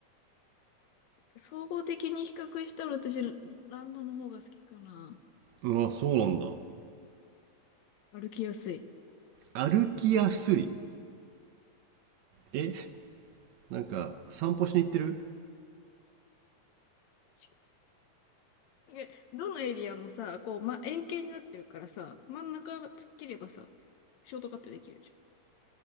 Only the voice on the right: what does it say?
まあそうなんだ
歩きやすいえなんか散歩しに行ってる